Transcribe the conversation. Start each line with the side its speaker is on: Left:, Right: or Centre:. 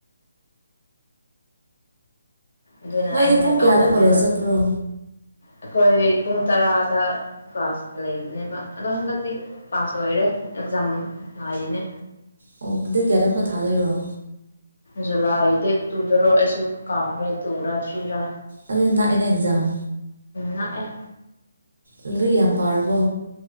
Left: ꯑꯗꯨꯅ
Right: ꯅꯣꯏꯗꯤ
Left: ꯑꯩꯅ
Right: ꯄꯨꯡ ꯀꯌꯥꯗ
Left: ꯇꯧꯕꯅꯦꯕ
Right: ꯀꯣꯂꯦꯖ ꯆꯠꯄ꯭ꯔꯣ
Left: ꯑꯩꯈꯣꯏ ꯄꯨꯡ ꯇꯔꯥꯗ ꯀ꯭ꯂꯥꯁ ꯂꯩꯕꯅꯦꯕ ꯑꯗꯣ ꯍꯟꯗꯛꯇꯤ ꯀ꯭ꯂꯥꯁ ꯂꯣꯏꯔꯦ ꯑꯦꯛꯖꯥꯝ ꯉꯥꯏꯔꯤꯅꯦ
Right: ꯑꯣ ꯗꯦꯠ ꯀꯌꯥꯗ ꯑꯃꯨꯛꯀꯥ ꯊꯥꯗꯣꯏꯔꯣ
Left: ꯖꯨꯂꯥꯏ ꯗꯦꯠ ꯇꯨꯗꯔꯣ ꯑꯩꯁꯨ ꯀꯥꯎꯈ꯭ꯔꯦ ꯇꯨꯔꯥ ꯊ꯭ꯔꯤꯔꯥ
Right: ꯑꯗꯨꯗꯤ ꯅꯛꯑꯦꯅꯦ ꯑꯦꯛꯖꯥꯝ
Left: ꯅꯛꯑꯦ
Right: ꯂꯩꯔꯤꯛ ꯌꯥꯝ ꯄꯥꯔꯕꯣ